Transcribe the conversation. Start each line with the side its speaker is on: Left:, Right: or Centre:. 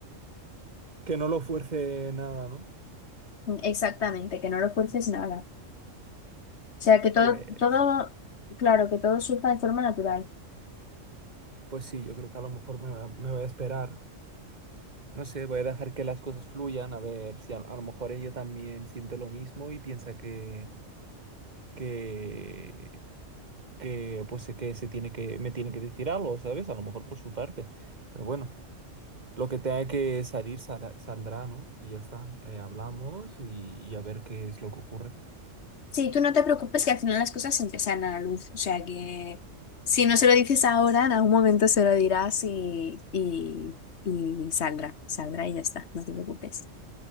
Right: que no lo fuerce nada, ¿no?
Left: exactamente, que no lo fuerces nada. O sea, que todo,
Right: Pues,
Left: todo, claro, que todo surja de forma natural.
Right: pues sí, yo creo que a lo mejor me, va- me voy a esperar. No sé, voy a dejar que las cosas fluyan, a ver si a, a lo mejor ella también siente lo mismo y piensa que, que, que, pues que se tiene que, me tiene que decir algo, ¿sabes? A lo mejor por su parte. Pero bueno, lo que tenga que salir sal- saldrá, ¿no? Y ya está. Eh, hablamos y y a ver qué es lo que ocurre.
Left: Sí, tú no te preocupes que al final las cosas siempre salen a la luz. O sea que si no se lo dices ahora, en algún momento se lo dirás y, y, y saldrá, saldrá y ya está, no te preocupes.